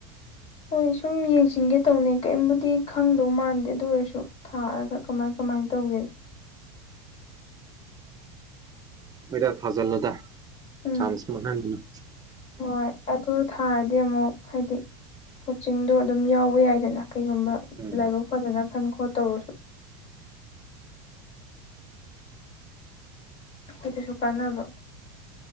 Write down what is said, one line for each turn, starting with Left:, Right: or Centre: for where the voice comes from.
Left: ꯍꯣꯏ ꯁꯨꯝ ꯌꯦꯡꯁꯤꯟꯒꯦ ꯇꯧꯅꯦ ꯀꯔꯤꯝꯕꯨꯗꯤ ꯈꯪꯗꯧꯃꯥꯟꯗꯦ ꯑꯗꯨ ꯑꯣꯏꯔꯁꯨ ꯊꯥꯔꯒ ꯀꯃꯥꯏ ꯀꯃꯥꯏ ꯀꯃꯥꯏꯅ ꯇꯧꯋꯦ꯫
Right: ꯍꯣꯏꯗ ꯊꯥꯖꯜꯂꯣꯗ
Left: ꯎꯝ
Right: ꯆꯥꯟꯁ ꯥꯡꯍꯟꯒꯅꯨ꯫
Left: ꯍꯣꯏ ꯑꯗꯨ ꯊꯥꯔꯗꯤ ꯑꯃꯨꯛ ꯍꯥꯏꯗꯤ ꯀꯣꯆꯤꯡꯗꯣ ꯑꯗꯨꯝ ꯌꯥꯎꯋ ꯌꯥꯏꯗꯅ꯫ ꯀꯩꯒꯨꯝꯕ
Right: ꯎꯝ
Left: ꯂꯥꯏꯕꯛ ꯐꯗꯅ ꯈꯟ ꯈꯣꯠꯇꯧꯔꯁꯨ ꯀ ꯀꯁꯨ ꯀꯥꯟꯅꯕ